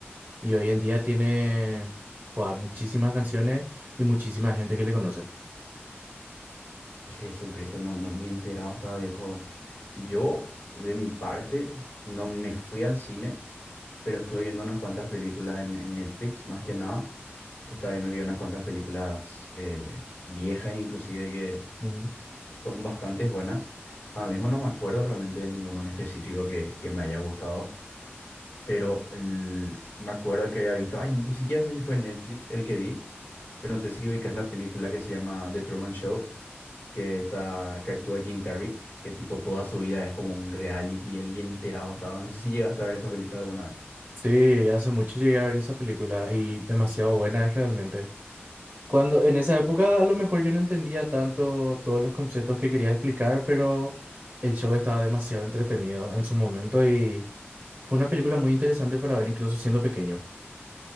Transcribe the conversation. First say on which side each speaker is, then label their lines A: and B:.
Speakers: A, on the right; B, on the left.
A: y hoy en día tiene buah, muchísimas canciones y muchísima gente que le conoce.
B: Jesucristo, no, no, ni enterado estaba viejo. Yo, de mi parte, no me fui al cine, pero estuve viendo unas cuantas películas en, en Netflix, más que nada. Estaba viendo que hay unas cuantas películas eh, viejas, inclusive, que
A: Ujú.
B: Son bastante buenas. Ahora mismo no me acuerdo realmente de ninguno en específico que, que me haya gustado, pero el- me acuerdo que había visto, ay, ni siquiera sé si fue en Netflix el que vi, pero no sé si ubicas la película que se llama The Truman Show, que está, que actúa Jim Carrey, que tipo toda su vida es como un reality, el día enterado estaba. No sé si llegaste a ver esa película alguna vez.
A: Sí, hace mucho llegué a ver esa película y demasiado buena es realmente. Cuando en esa época a lo mejor yo no entendía tanto todos los conceptos que quería explicar, pero el show estaba demasiado entretenido en su momento y fue una película muy interesante para ver incluso siendo pequeño.